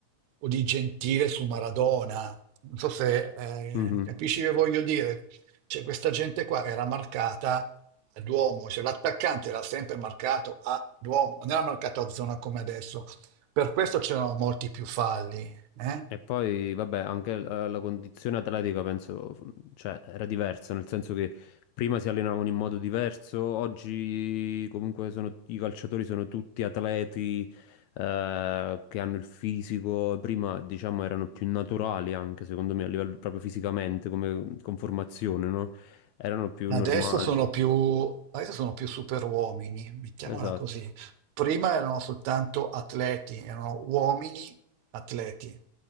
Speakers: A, on the right (about 75°); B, on the left (about 75°).
A: o di Gentile su Maradona. Non so se eh,
B: Mhm.
A: capisci che voglio dire. Cioè, questa gente qua era marcata a Duomo, cioè l'attaccante era sempre marcato a Duomo, non era marcato a zona come adesso. Per questo c'erano molti più falli eh?
B: E poi, vabbè, anche la, la condizione atletica penso, f- cioè, era diversa, nel senso che prima si allenavano in modo diverso, oggi comunque sono- i calciatori sono tutti atleti, eh, che hanno il fisico, prima diciamo erano più naturali anche, secondo me, a livello proprio fisicamente, come conformazione, no? Erano più
A: Adesso
B: normali.
A: sono più, adesso sono più superuomini, mettiamola
B: Esatto,
A: così. Prima erano soltanto atleti, erano uomini atleti.